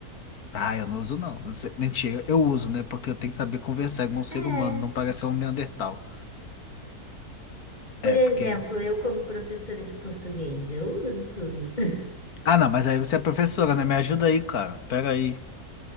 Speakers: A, on the left; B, on the left.
A: Ah, eu não uso, não. Você- Mentira, eu uso, né? Porque eu tenho que saber conversar com um ser
B: É.
A: humano, não parecer um Neandertal.
B: Por
A: É,
B: exemplo,
A: porque.
B: eu, como professora de português, eu uso tudo. <laughs>
A: Ah, não, mas aí você é professora, né? Me ajuda aí, cara. Pera aí.